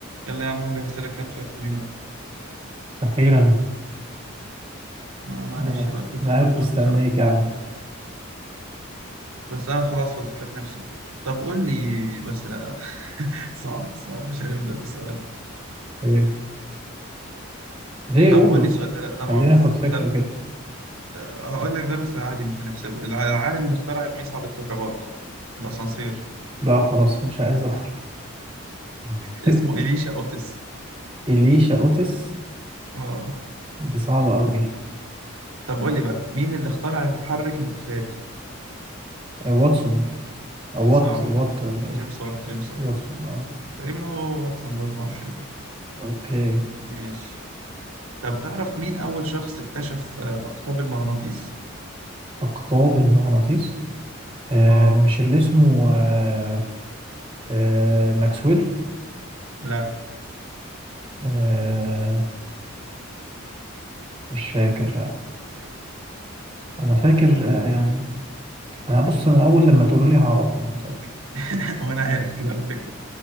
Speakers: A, on the right; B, on the right.
A: يلا يا عم هو جهزت لك كام سؤال حلوين اهو
B: أخيرا
A: ما- معلش
B: أنا
A: بقى ما كنتش
B: قاعد
A: مشغول
B: مستنيك
A: بصراحة
B: يا عم
A: بس انا خلاص فضيت لك نفسي بقى طب قول لي بس لا لا <laughs> صعب صعب مش هنبدأ بالسؤال ده
B: إيه؟ ليه
A: طب
B: قولوا
A: قول لي السؤال ده لا ده معروف
B: خليني آخد فكرة
A: طب
B: كده
A: آه، هقول لك ده بس عادي مش هنحسبه الع- العالم اللي اخترع المصعد الكهربائي الاسانسير
B: لا خلاص مش عايز أعرف <laughs>
A: اسمه إليشا أوتس
B: إليشا أوتس
A: اه
B: دي صعبة أوي
A: طب قول لي بقى مين اللي اخترع المحرك البخاري
B: آه، واتسون أو
A: صح
B: وات وات ولا إيه
A: جيمس وات جيمس وات
B: واتسون أه
A: تقريبا هو واتسون برضه ما اعرفش
B: أوكي
A: ماشي طب تعرف مين أول شخص اكتشف آه، أقطاب المغناطيس؟
B: أقطاب المغناطيس آه
A: آه
B: مش اللي اسمه آه آه ماكسويل
A: لا
B: آه مش فاكر لا أنا فاكر آه يعني أنا بص أنا أول لما تقولوا لي هعرفه أنا متأكد
A: <laughs> وأنا عارف كده على فكرة